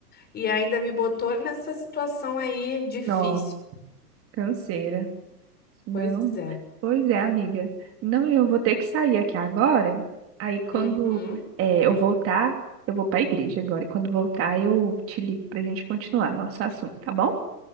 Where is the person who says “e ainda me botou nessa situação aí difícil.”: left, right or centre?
Left